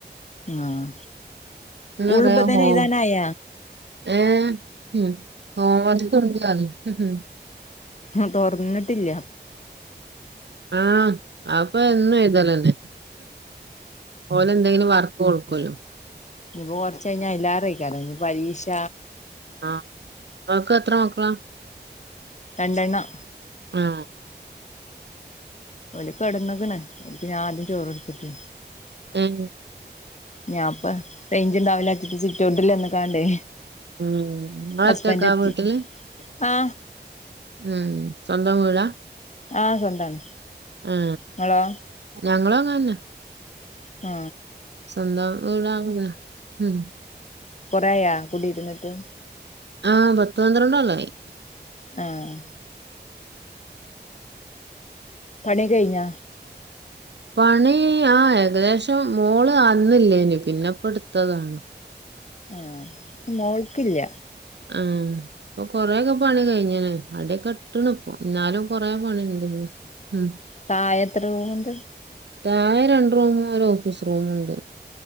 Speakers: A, on the left; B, on the right.
A: ആഹ് സ്കൂൾ
B: പറയാ
A: ഇപ്പതനെ
B: ഹോം
A: എഴുതാനായ
B: ഏഹ് ഉം ഹോവർക്കൊണ്ട് <unintelligible>
A: ആഹ് തൊർന്നിട്ടില്ല
B: ആ അപ്പ എന്നും ഇതലന്നെ പോലെ എന്തെങ്കിലും വർക്ക് കൊടുക്കൂലോ.
A: ഇനിപ്പോ കൊറച്ച് കഴിഞ്ഞ <unintelligible> ഇനി പരീക്ഷ
B: ആ അനക്ക് എത്ര മക്കള.
A: രണ്ടെണ്ണം.
B: ആഹ
A: ഓലക്ക് കെടന്നക്കണ്, ഒലക്ക് ഞാൻ ആദ്യം ചോറ് കൊടുത്തിട്ട്.
B: ഉം
A: ഞാ ഇപ്പ റെയ്ഞ്ചും ഉണ്ടാവില്ല, സിറ്റ് സിറ്റ് ഔട്ടില് നിക്കാണ്ടേ.
B: ഉം നിങ്ങളൊറ്റക്കാ
A: ഹസ്ബൻഡ് എത്തി.
B: വീട്ടില്
A: അ
B: ഉം സ്വന്തം വീടാ?
A: ആ സ്വന്താണ്.
B: ആ
A: ഇങ്ങളോ
B: ഞങ്ങളു അങ്ങനന്നെ.
A: ആ
B: സ്വന്തം വീടാകുന്നേ ഉം
A: കൊറയാ കുടി ഇരുന്നിട്ട്.
B: ആഹ് പത്ത് പന്ത്രണ്ട്‌ ല്ലായി
A: ആഹ് പണി കഴിഞ്ഞ
B: പണി ആ ഏകദേശം മോള് അന്നില്ലേനി പിന്ന ഇപ്പെടുത്തതാണ്
A: ആഹ് മോൾക്കില്ല
B: ആ ഇപ്പൊ കൊറെക്കെ പണി കഴിഞ്ഞന അടക്കെ ഇട്ടണ ഇപ്പ എന്നാ ലും കൊറേ പണിയുണ്ടി ന്ന് ഉം
A: താഴെ എത്രറൂമുണ്ട്
B: ആകെ രണ്ട് റൂമു ഒരു ഓഫീസ് റൂമുണ്ട്